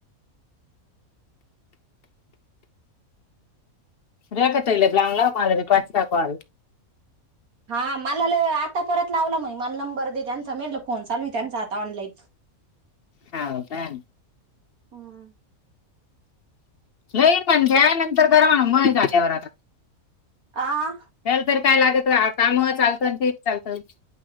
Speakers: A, on the left (about 45°); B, on the right (about 80°).
A: रेखा ताईला चांगला मला द्या पाच सहा कॉल.
B: हा मला लई आता परत लावला मई मला नंबर दे त्यांचा मी म्हणलं फोन चालू आहे त्यांचा आता ऑनलाईक.
A: हाव काय?
B: हम्म
A: लई पण घ्या नंतर करा म्हणा मय झाल्यावर आता.
B: आ?
A: हेला तर काय लागत आता म चालतं ते बो चालतं.